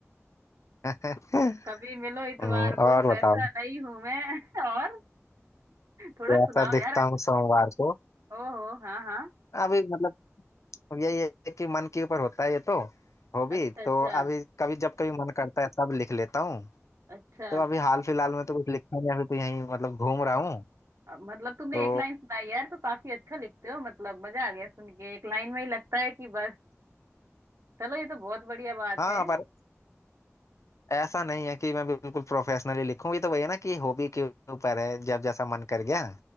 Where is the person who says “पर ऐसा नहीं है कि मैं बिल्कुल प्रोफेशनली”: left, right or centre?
Left